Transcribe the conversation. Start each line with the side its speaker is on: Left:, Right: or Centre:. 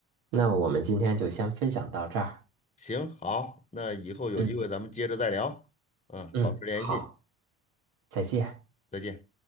Right: 那我们今天就先分享到这儿。
Left: 行，好，那以后有机会咱们接着再聊，
Right: 嗯
Left: 嗯，
Right: 嗯，
Left: 保持联系，
Right: 好，再见。
Left: 再见。